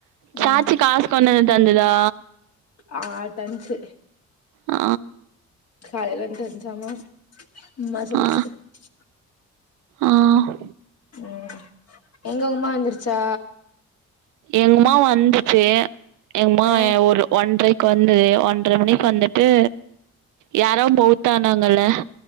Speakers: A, on the right (about 80°); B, on the left (about 55°).
A: சாச்சி
B: ம்
A: காஸ் கொண்டுவந் தந்து தா
B: ஆ டன்சு
A: ஆ
B: காலைல டன்ஞ்சா மா ம சொல்லுச்சு
A: ஆ
B: இச்
A: ஆ
B: ம் எங்க உமா வந்துருச்சா
A: எங்மா வந் துச்சி எங்மா
B: ஆ
A: ஒரு ஒன்றைக்கு வந்துது ஒன்ற மணிக்கு வந்து து யாரோ பௌத்தானாங்கல்ல